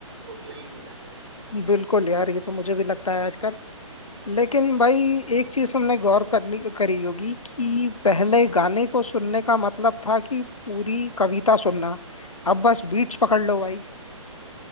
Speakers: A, on the right (about 45°); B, on the left (about 75°).
A: हुक लाइन ही जानते हैं
B: हम्म, बिल्कुल यार ये तो मुझे भी लगता है आजकल लेकिन भाई एक चीज तुमने गौर करनी करी होगी कि पहले गाने को सुनने का मतलब था कि पूरी कविता सुनना अब बस बीट्स पकड़ लो भाई